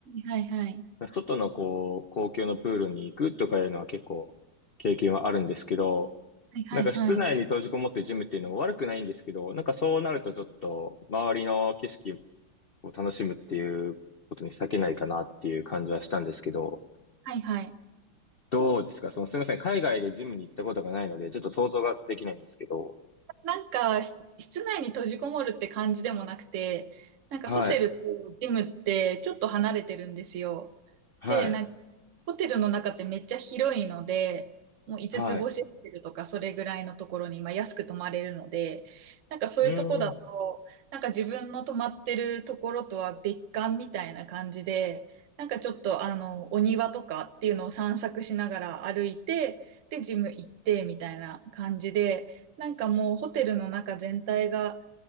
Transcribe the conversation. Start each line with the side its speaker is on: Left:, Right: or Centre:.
Right: はいはいはい。
Left: 外のこう、公共のプールに行くとかいうのは結構経験はあるんですけど、
Right: はいはいはい。
Left: なんか室内に閉じこもってジムっていうのも悪くないんですけど、なんかそうなるとちょっと周りの景色を楽しむっていうことに避けないかなっていう感じはしたんですけど、
Right: はいはい。
Left: どうですかそのすみません。海外でジムに行ったことがないので、ちょっと想像ができないんですけど。
Right: なんか、し室内に閉じこもるって感じでもなくて、なんかホテルとジムってちょっと離れてるんですよ。
Left: はい、はい、
Right: で、なんかホテルの中ってめっちゃ広いので、もう5つつ星ホテルとかそれぐらいのところに、
Left: はい。
Right: まあ、安く泊まれるので、なんかそういうとこだと、
Left: うーん。
Right: なんか自分の泊まってるところとは別館みたいな感じで、なんかちょっとあの、お庭とかっていうのを散策しながら歩いて、で、ジム行ってみたいな感じで、なんかもうホテルの中全体が、